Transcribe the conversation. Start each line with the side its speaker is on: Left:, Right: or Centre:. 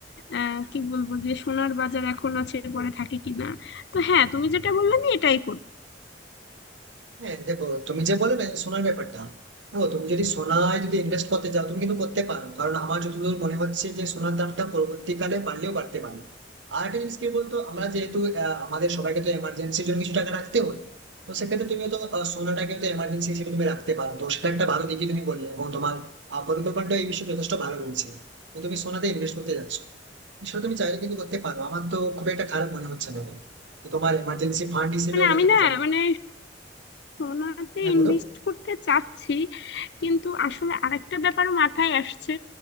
Left: আহ, কি বলবো যে সোনার বাজার এখন আছে পরে থাকে কিনা তো হ্যাঁ তুমি যেটা বললে আমি এটাই করবো
Right: হ্যাঁ দেখো তুমি যে বলে না যে সোনার ব্যাপারটা দেখো তুমি যদি সোনায় যদি ইনভেস্ট করতে চাও তুমি কিন্তু করতে পারো কারণ আমার যতদূর মনে হচ্ছে যে সোনার দামটা পরবর্তীকালে বাড়লেও বাড়তে পারে আর একটা জিনিস কি বলতো আমরা যেহেতু আহ, আমাদের সবাইকে তো এমার্জেন্সির জন্য কিছু টাকা রাখতে হয় তো সেক্ষেত্রে তুমি তো আহ, সোনাটাকে তো এমার্জেন্সি হিসেবে তুমি রাখতে পারো তো সেটা একটা ভালো দিকই তুমি বললে এবং তোমার আহ, পরিকল্পনাটা এই বিষয়ে যথেষ্ট ভালো রয়েছে তো তুমি সোনাতে ইনভেস্ট করতে যাচ্ছ সেটা তুমি চাইলে কিন্তু করতে পারো আমার তো খুব একটা খারাপ মনে হচ্ছে না তো তোমার এমার্জেন্সি ফান্ড হিসেবে
Left: মানে
Right: ওটা
Left: আমি
Right: থেকে
Left: না
Right: যাবে
Left: মানে সোনাতে
Right: হ্যাঁ
Left: ইনভেস্ট
Right: বলো
Left: করতে চাচ্ছি কিন্তু আসলে আরেকটা ব্যাপারও মাথায় আসছে